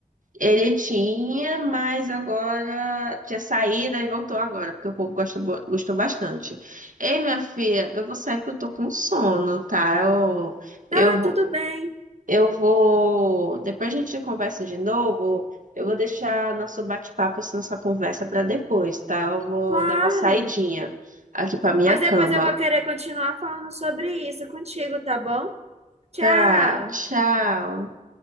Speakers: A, on the right; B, on the right.
A: Ele tinha, mas agora tinha saída e voltou agora, porque o povo gosta, bo- gostou bastante. Ei, minha filha, eu vou sair porque eu tô com sono, tá? Eu,
B: Tá,
A: eu, vou-
B: tudo bem,
A: eu vou. Depois a gente conversa de novo. Eu vou deixar nosso bate-papo, assim, nossa conversa para depois, tá? Eu vou
B: claro.
A: dar uma saidinha aqui para minha
B: Pois depois
A: cama.
B: eu vou querer continuar falando sobre isso contigo, tá bom? Tchau.
A: Tá, tchau.